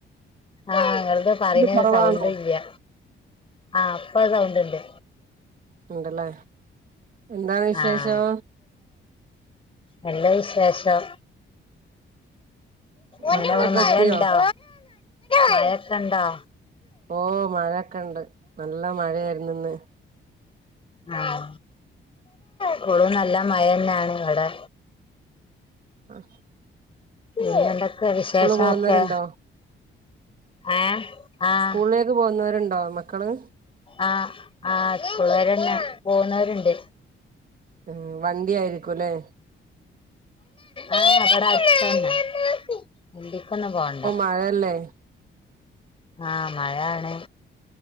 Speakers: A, on the left (about 25°); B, on the right (about 40°).
A: ആഹ് ഇങ്ങളത് പറയ്ണെയ്
B: കുറവാണോ
A: സൗണ്ട് ഇല്ല്യ ആഹ് ഇപ്പ സൗണ്ട്ണ്ട്
B: ണ്ട്ലേ എന്താ വിശേഷം
A: ആഹ് നല്ല വിശേഷം എന്താവ്ടെ
B: മക്കളൊക്കെ
A: മഴ
B: എത്തിയോ
A: ഇണ്ടാ മഴൊക്കെണ്ടാ
B: ഓ മഴൊക്കെണ്ട് നല്ല മഴയായിരുന്നു ഇന്ന്
A: ആഹ് പ്പളും നല്ല മയന്നാണ് ഇവടെ
B: ആഹ്
A: പിന്നെന്തൊക്കെ വിശേഷോക്കെ
B: പോകുന്നവരുണ്ടോ
A: ഏഹ് ആഹ്
B: സ്കൂളിലേക്ക് പോകുന്നവരുണ്ടോ മക്കള്
A: ആഹ് ആഹ് സ്ക്കൂളേരെന്നെ പോകുന്നവര്ണ്ട്
B: ഉം വണ്ടി ആയിരിക്കുലേ
A: ഏഹേ ഇബടെ അട്ത്തന്നെ വണ്ടിക്കൊന്നും പോണ്ട
B: മഴല്ലേ
A: ആഹ് മഴാണ്